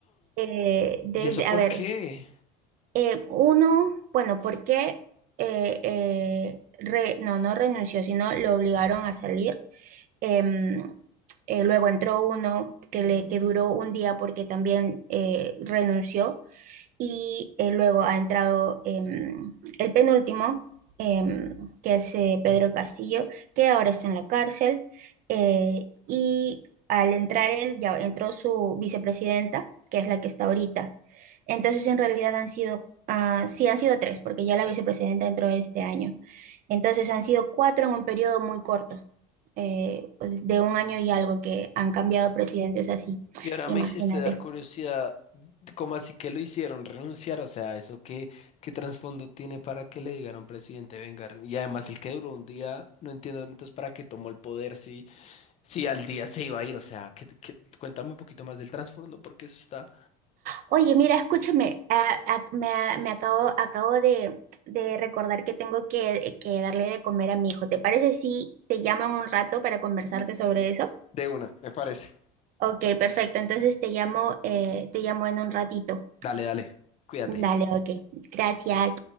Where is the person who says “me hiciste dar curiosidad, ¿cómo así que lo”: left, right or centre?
Left